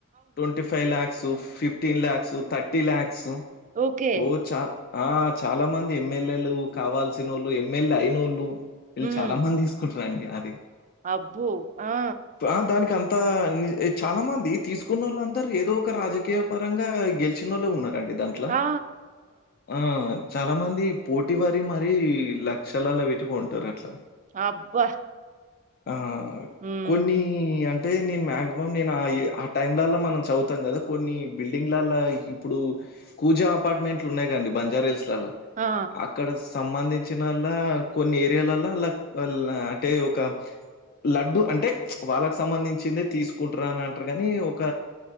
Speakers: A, on the left; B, on the right.
A: twenty five lakhs fifteen lakhs thirty lakhs
B: okay.
A: ఓ చా ఆ చాలా మంది ఎమ్మెల్యేలు కావాలిస్ నోళ్ళు ఎమ్మెల్యే అయినోళ్ళు వీళ్ళు
B: హ్మ్.
A: చాలా మంది తీసుకుంటారండి అది
B: అబ్బో ఆ
A: ఆ దానికి అంతా చాలా మంది తీసుక్ తిసుకున్న వాళ్ళందరు ఏదో ఒక రాజకీయ పరంగా గెలిచిన నోళ్ళు ఉన్నారు అండి దాంట్ల
B: ఆ!
A: ఆ చాలా మంది పోటీ పడి మరి లక్షలాల పెట్టుకు కొంటారు అట్లా
B: అబ్బా
A: ఆ
B: హ్మ్.
A: కొన్ని అం అంటే నేను మా యాక్సిమం నేను ఆ ఆ టైంలలో మనం చదువుతాం గదా కొన్ని బిల్డింగ్లలా ఇప్పుడు కూజా అపార్ట్మెంట్లు ఉన్నాయి కాండి బంజార్ హిల్స్ లాల
B: ఆ
A: అక్కడ సంబంధించినలా కొన్ని ఏరియాలలో అలా అంటే ఒక లడ్డు అంటే వాళ్ళకి సంబంధించిందే తీసుకుంటార అని అంటారు గాని ఒక